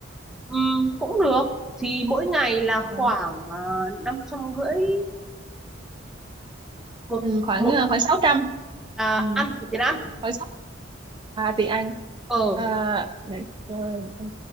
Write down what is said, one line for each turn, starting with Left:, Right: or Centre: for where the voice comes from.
Centre: ừ, cũng được thì mỗi ngày là
Right: Ờ,
Centre: khoảng uh, năm trăm rưỡi một
Right: ừ, khoảng
Centre: một
Right: khoảng sáu trăm
Centre: à,
Right: ừ,
Centre: ăn một tiền ăn
Right: khoảng sáu à thì ăn
Centre: ờ
Right: à, để coi, ừ,